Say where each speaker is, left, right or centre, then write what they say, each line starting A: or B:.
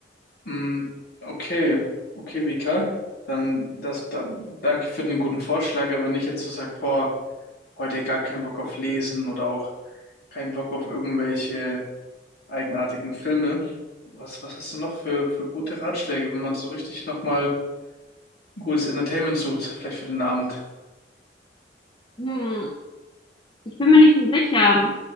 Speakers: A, on the left; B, on the left.
A: Mm, okay, okay, Vika. Dann das, da, danke für den guten Vorschlag, aber nicht jetzt zu sagen, boah, heute gar keinen Bock auf Lesen oder auch keinen Bock auf irgendwelche eigenartigen Filme. Was, was hast du noch für, für gute Ratschläge, wenn man so richtig nochmal gutes Entertainment sucht, vielleicht für den Abend?
B: Also, hm, ich bin mir nicht so sicher.